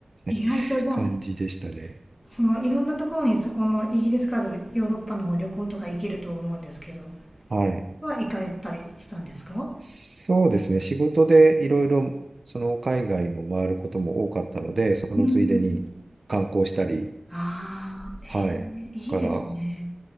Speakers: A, on the left; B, on the right.
A: 意外とじゃあ、
B: <laughs> 感じでしたね。
A: そのいろんなところにそこのイギリスからヨーロッパの方旅行とか行けると思うんですけど、
B: はい。
A: は行かれたりしたんですかは
B: そうですね。仕事でいろいろその海外も回ることも多かったので、そのついでに観光したり、
A: い。うん。ああ、え
B: はい。
A: え、いいですね。
B: だから